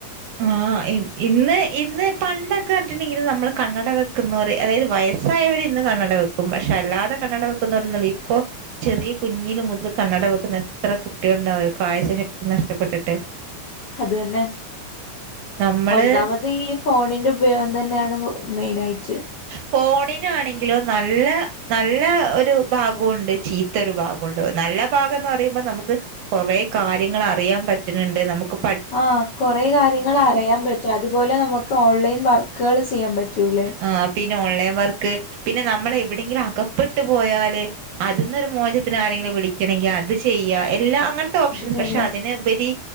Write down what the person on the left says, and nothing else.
അത് തന്നെ
ഒന്നാമത് ഈ ഫോണിൻ്റെ ഉപയോഗം തന്നെയാണ് മെയിനായിട്ട്.
ആഹ് കൊറെ കാര്യങ്ങൾ അറിയാൻ പറ്റും അതുപോലെ നമ്മുക്ക് ഓൺലൈൻ വർക്കുകൾ ചെയ്യാൻ പറ്റൂല്ലേ.
അത് ശരിയാ